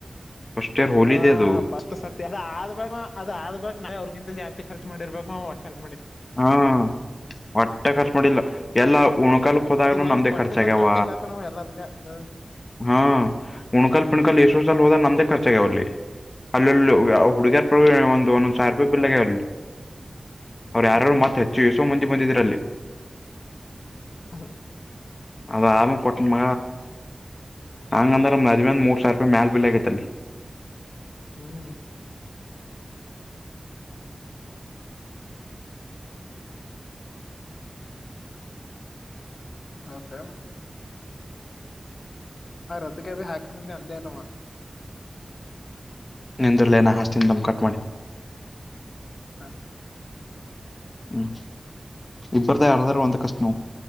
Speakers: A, on the left; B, on the left.
A: ಫಸ್ಟ್ ಇಯರ್ ಹೋಲಿದೆ
B: ಹಾ
A: ಅದು
B: ಪಷ್ಟು ಸರ್ತಿ ಅದ ಆದ ಬಾಗ ಅದ ಆದ ಬಾಗ ನಾವವು ಅವ್ರಗಿಂತ ಜಾಸ್ತಿ ಖರ್ಚ ಮಾಡಿರ್ಬೇಕು ಒಟ್ಟರ್
A: ಹಾ ಹೊಟ್ಟೆ ಖರ್ಚು ಮಾಡಿಲ್ಲ ಎಲ್ಲ ಕಲ್ ೋದ
B: ಅದು ಒಂದ್
A: ನಮ್ಮದಖರ್ಚೆಗಾವ
B: ಕೊಟ್ಟಿನಂತ ಅತ್ತೆ ಹೇಳ್ತಾನಾವ ಎಲ್ಲದಕ್ಕ ಹ
A: ಹಾ ಹುಣಕಲ್ ಪುಣಕಲ್ ಏಷ್ಟೋ ಸಾಲ ಹದ ನಂದ ಚ್ಚ ಅವಲ್ಲಿ ಅಲ್ಲಲ್ಲಿ
B: ನಮಗ
A: ಹುಡುಗ್ಯರ
B: ಆಗ್ಯಾವ
A: ಪ್ರ ಒಂದು ಒಂದೊಂದು ಸ ಬಿಲ್ಲಗೆ ಅವಲ್ಲಿ ಅವ್ರು ಯಾರು
B: ಹ್ಮ್
A: ಮತ್ತ ಹೆಚ್ಚುಸ ಮುಂಚೆ ಬಂದಿದೀರಲ್ಲಿ
B: ಹ
A: ಅದ ಆರಾಮ ಕೊಟ್ಟಣಮ ಹಂಗಂದ್ರ ನಜ್ಮೇಂದ ಮೂರು ಸಾವಿ ರೂಪಾಯಿ ಮೇಲ್ ಬಿಲೆಗೈತಲ್ಲಿ
B: ಹ್ಮ್ ಹತ್ತ ಹಾ ರೊತೆಗೆಬಿ ಹಾಕ್ತೀನಂತೆ ಅಂದೇ ಅಲ್ವಾ
A: ನಿಂದಲನ ಹಸ್ತಿಿಂದಮ ಕಟ್ ಮಾಡಿ
B: ಹಾ
A: ಹ್ಮ್ ಇಬ್ಬ್ರ್ದ ಯಾರಾದ್ರೂ ಒಂದ ಕಷ್ಟನ